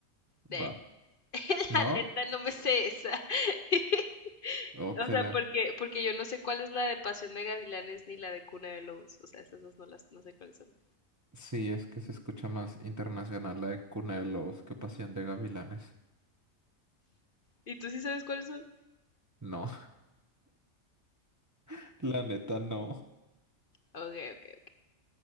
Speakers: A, on the right; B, on the left.
A: Va.
B: Ve, <laughs>
A: ¿No?
B: La neta no me sé esa. <laughs>
A: Oh, que
B: O sea,
A: la.
B: porque, porque yo no sé cuál es la de Pasión de Gavilanes ni la de Cuna de Lobos. O sea, esas dos no las no sé cuáles son.
A: Sí, es que se escucha más internacional la de Cuna de Lobos que Pasión de Gavilanes.
B: ¿Y tú sí sabes cuáles son?
A: No, <laughs> la neta no.
B: Ok, ok, ok.